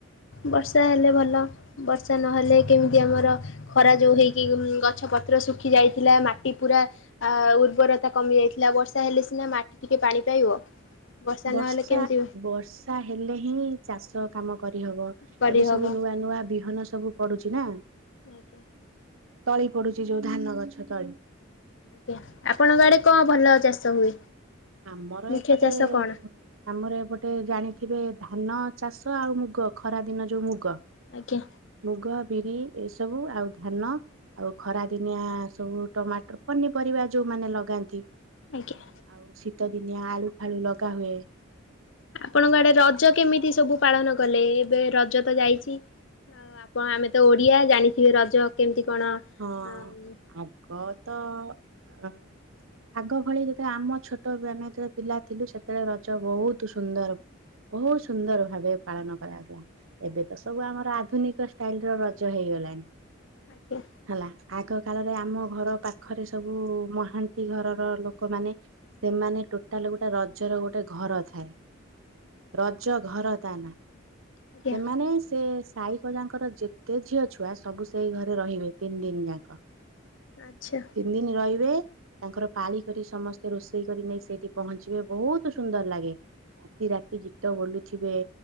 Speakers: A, on the left; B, on the right.
A: ବର୍ଷା ହେଲେ ଭଲ, ବର୍ଷା ନହେଲେ କେମିତି ଆମର ଖରା ଯୋଉ ହେଇକି ଗଛ ପତ୍ର ଶୁଖି ଯାଇଥିଲା ମାଟି ପୁରା ଆ ଉର୍ବରତା କମି ଯାଇଥିଲା, ବର୍ଷା ହେଲେ ସିନା ମାଟି ଟିକେ ପାଣି ପାଇବ।
B: ବର୍ଷା,
A: ନହେଲେ କେମିତି
B: ବର୍ଷ ବର୍ଷା ହେଲେ ହିଁ ଚାଷ କାମ କରିହବ,
A: କରିହବ
B: ଏବେ ସବୁ ନୂଆ ନୂଆ ବିହନ ସବୁ ପଡୁଚି ନା?
A: ଆଜ୍ଞା।
B: ତଳି ପଡୁଛି, ଯୋଉ ଧାନ ଗଛ ତଳି।
A: ଆଜ୍ଞା। ଆପଣଙ୍କ ଆଡେ କଣ ଭଲ ଚାଷ ହୁଏ?
B: ଆମର
A: ମୁଖ୍ୟ
B: ଏପଟେ
A: ଚାଷ କଣ?
B: ଆମର ଏପଟେ ଜାଣିଥିବେ ଧାନ ଚାଷ, ଆଉ ମୁଗ, ଖରା ଦିନ ଯୋଉ ମୁଗ
A: ଆଜ୍ଞା।
B: ମୁଗ, ବିରି ଏସବୁ ଆଉ ଧାନ ଆଉ ଖରା ଦିନିଆ ସବୁ ଟମାଟର, ପନିପରିବା ଯୋଉମାନେ ଲଗାନ୍ତି
A: ଆଜ୍ଞା।
B: ଆଉ ଶୀତ ଦିନିଆ ଆଳୁ ଫାଳୁ ଲଗା ହୁଏ। ଆଉ
A: ଆପଣଙ୍କ ଆଡେ ରଜ କେମିତି ସବୁ ପାଳନ କଲେ ଏବେ ରଜ ତ ଯାଇଛି। ଆଉ ଆପଣ ଆମେ ତ ଓଡିଆ ଜାଣିଥିବେ ରଜ କେମତି କଣ
B: ହଁ
A: ଆଜ୍ଞା
B: ଆଗ ତ ଅ ଆଗ ଭଳି ଯେତେବେଳେ ଆମ ଛୋଟ ଆମେ ଯେତେବେଳେ ପିଲା ଥିଲୁ ସେତେବେଳେ ରଜ ବହୁତ ସୁନ୍ଦର ବହୁତ ସୁନ୍ଦର ଭାବେ ପାଳନ କରାଯାଉଥିଲା। ଏବେ ତ ସବୁ ଆମର ଆଧୁନିକ ଷ୍ଟାଇଲ ର ରଜ ହେଇଗଲାଣି।
A: ଆଜ୍ଞା।
B: ହେଲା ଆଗ କାଳରେ ଆମ ଘର ପାଖରେ ସବୁ ମହାନ୍ତି ଘରର ଲୋକମାନେ ସେମାନେ ଟୋଟାଲ ଗୋଟେ ରଜର ଗୋଟେ ଘର ଥାଏ। ରଜ ଘର ତା ନା
A: ଆଜ୍ଞା
B: ସେମାନେ ସେ ସାଇକଜାଙ୍କର ଯେତେ ଝିଅ ଛୁଆ ସବୁ ସେଇ ଘରେ ରହିବେ ତିନି ଦିନ ଯାକ
A: ଆଚ୍ଛା।
B: ତିନି ଦିନ ରହିବେ ତାଙ୍କର ପାଳି କରି ସମସ୍ତେ ରୋଷେଇ କରି ନେଇ ସେଇଠି ପହଞ୍ଚିବେ ବହୁତ ସୁନ୍ଦର ଲାଗେ। ରାତି ରାତି ଗୀତ ଗୋଲୁ ଥିବେ